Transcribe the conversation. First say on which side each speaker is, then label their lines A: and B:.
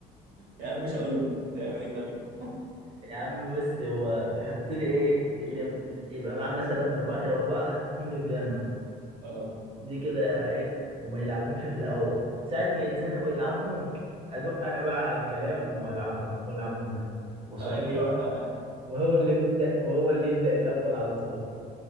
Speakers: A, on the right; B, on the right.
A: يا عم مش هقول له تعمل ايه طيب <laughs>
B: يا عم بص هو بيحط لي ايه اللي يبقى معاه مثلا اربعة شبه بعض حطيتهم لي جنب
A: اه
B: دي كده ايه وما يلعبهمش في الاول ساعة ما يتزنق ويلعبهم ادق انا بقى على الكلام والعبهم والعبهم له وصدفة
A: ايوه
B: وهو اللي بيبدأ وهو اللي يبدأ الاول على طول